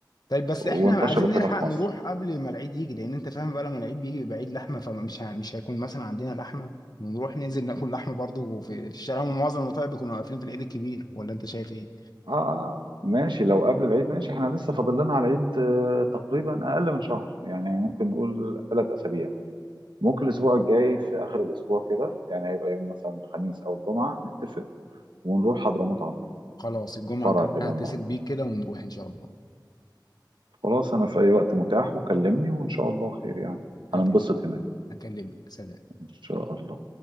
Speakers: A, on the left; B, on the right.
A: طيب بس
B: وانتشرت
A: احنا عايزين نلحق
B: هنا في
A: نروح
B: مصر
A: قبل ما العيد يجي لان انت فاهم بقى لما العيد بيجي بيبقى عيد لحمه فمش ه... مش هيكون مثلا عندنا لحمه ونروح ننزل ناكل لحمه برضو في الشارع ومعظم المطاعم بيكونوا قافلين في العيد الكبير ولا انت شايف ايه؟
B: اه اه ماشي لو قبل العيد ماشي احنا لسه فاضل لنا على العيد آه، تقريبا اقل من شهر يعني ممكن نقول ثلاث اسابيع ممكن الاسبوع الجاي في اخر الاسبوع كده يعني هيبقى يوم مثلا الخميس او الجمعه نتفق ونروح حضرموت عنتر
A: خلاص الجمعه
B: فرع
A: الجايه
B: التجمع
A: انا هتصل بيك كده ونروح ان شاء الله
B: خلاص انا في اي وقت متاح وكلمني وان شاء الله خير يعني
A: هكلم
B: هننبسط هناك
A: هكلمك سلام
B: ان شاء الله